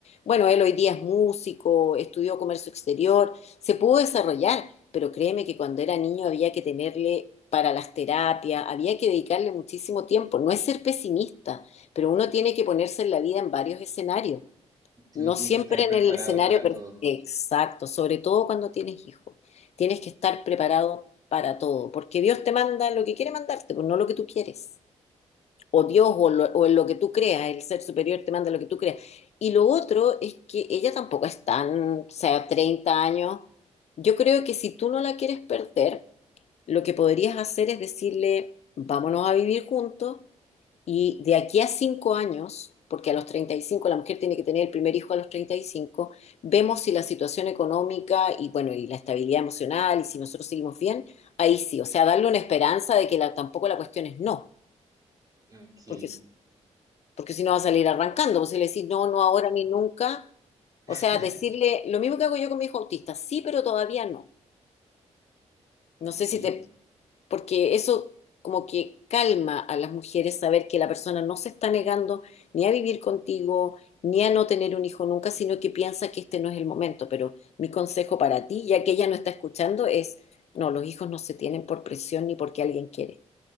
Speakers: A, on the left; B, on the right.
A: Bueno, él hoy día es músico, estudió comercio exterior, se pudo desarrollar, pero créeme que cuando era niño había que tenerle para las terapias, había que dedicarle muchísimo tiempo. No es ser pesimista, pero uno tiene que ponerse en la vida en varios escenarios. No
B: Uno tiene
A: siempre
B: que estar preparado
A: en el escenario
B: para
A: per-
B: todo.
A: exacto, sobre todo cuando tienes hijos. Tienes que estar preparado para todo, porque Dios te manda lo que quiere mandarte, pues no lo que tú quieres o Dios
B: Mm,
A: o, lo- o en lo que tú creas, el ser superior te manda lo que tú creas. Y lo otro es que ella tampoco es tan, o sea, 30 años. Yo creo que si tú no la quieres perder, lo que podrías hacer es decirle, vámonos a vivir juntos y de aquí a 5 años, porque a los 35 la mujer tiene que tener el primer hijo a los 35. vemos si la situación económica y bueno, y la estabilidad emocional y si nosotros seguimos bien, ahí sí, o sea, darle una esperanza de que la- tampoco la cuestión es no,
B: Ok.
A: porque porque si no va a salir arrancando, pues si le decís no, no ahora ni nunca,
B: <laughs>
A: o sea, decirle lo mismo que hago yo con mi hijo autista, sí, pero todavía no.
B: Ok,
A: No sé si te, porque eso como que calma a las mujeres saber que la persona no se está negando ni a vivir contigo, ni a no tener un hijo nunca, sino que piensa que este no es el momento. Pero mi consejo para ti, ya que ella no está escuchando, es, no, los hijos no se tienen por presión ni porque alguien quiere.